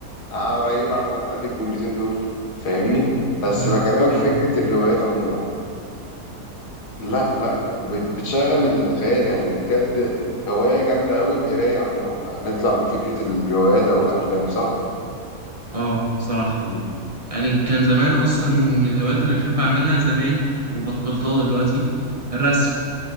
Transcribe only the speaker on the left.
هقرا ايه بعد ما اتقال لي الجملتين دول فاهمني بس
بكلمك
في فكره الروايات عموما لا لا بت- بتشغل الخيال يعني بجد هوايه جامده قوي القرايه عموما بقى نطلع من فكره الروايات او الافلام صح؟
مم.